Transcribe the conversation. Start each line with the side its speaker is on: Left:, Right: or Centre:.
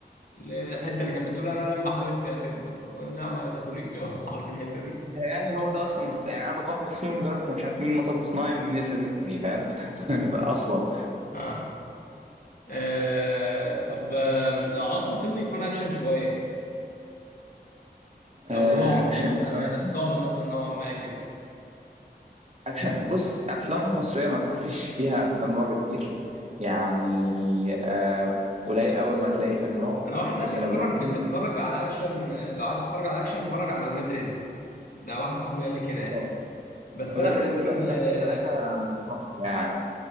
Left: الحته اللي كانت بتقول انا لما حبيبتي هتكبر والنعمه لا تاكل الجو <laughs> عارف الحته دي
Right: ده يعني هو ده اصلا مطب... يعني انا بتلخبط فيهم لدرجه انا مش عارف مين مطب صناعي ومين الفيلم التاني فاهم <laughs> فاصلا
Left: اه, آه. طب آه، لو عاوز فيلم يكون اكشن شويه
Right: آه،
Left: او رعب
Right: اكشن
Left: موت
Right: شوية.
Left: ما- رعب مثلا نوعا ما كده
Right: اكشن بص افلام مصريه ما فيش فيها افلام رعب كتير يعني آه، قليل قوي ما تلاقي فيلم رعب
Left: انا واحد
Right: بس
Left: قال لي اتفرج
Right: لو بنتكلم
Left: اتفرج على اكشن لو عايز تتفرج على اكشن اتفرج على اولاد رزق ده واحد صاحبي قال لي كده يعني
Right: آه،
Left: بس
Right: ولاد
Left: انا حاسس
Right: رزق
Left: ان
Right: اجزاء
Left: آه،
Right: الثلاثه تحفه يعني